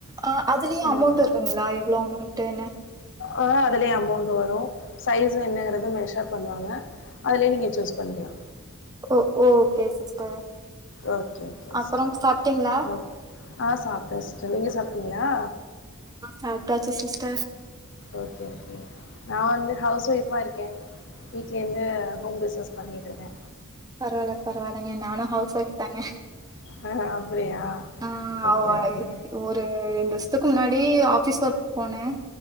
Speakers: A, on the right (about 15°); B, on the left (about 55°).
A: அ அதுலயு
B: உம்
A: அமௌண்ட் இருக்குங்களா எவ்ளோ அமௌண்ட்டுன்னு
B: ஆஹ் அதுலயே அமௌண்ட் வரும் சைஸ்ஸு என்னங்கறத மெஷர் பண்ணுவாங்க அதுலயே நீங்க சூஸ் பண் பண்ணிக்ளா
A: ஓ okay sister
B: okay okay
A: அப்பறம்
B: sister
A: சாப்ட்டீங்களா
B: அப்றோ ஆஹ் சாப்டே சிஸ்டர் நீங்க சாப்டீங்களா
A: ஆ சாப்டாச்சு சிஸ்டர்
B: ஓகே ஓகே நா வந்து ஹவுஸ் ஒய்ஃபா இருக்கே வீட்லருந்தே ஹோம் பிஸ்னஸ் பண்ணிட்டுருக்கே
A: பரவால்ல பரவால்லங்க நானு ஹௌஸ் ஒய்ஃப் தாங்க
B: ஆ அப்டியா
A: ஆஹ்
B: ஓகே
A: அவாய்
B: ஓகே
A: ஒரு ரெண்டு வருசத்துக்கு முன்னாடி ஆப் பிஸ் ஒர்க் போனே